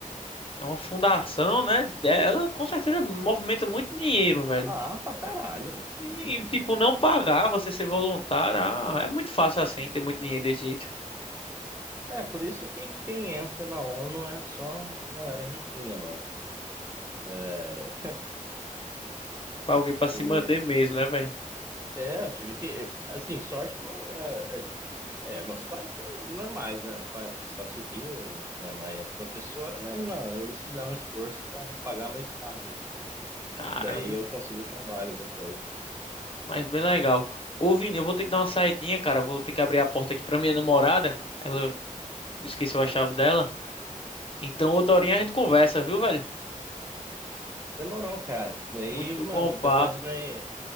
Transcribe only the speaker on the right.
Ah, pra caralho, mano.
Muito difícil.
É, por isso que quem entra na ONU é só galera riquinha, mano. É,
e-
é, eu tive que. Assim, sorte que. meu- É, é, meus pais são normais, né? Meu pai é policial civil, minha mãe é professora, mas, mano, eles fizeram um esforço pra pagar meu estágio, né?
Daí eu consegui o trabalho depois.
Demorou, cara. Daí,
mano,
depois me.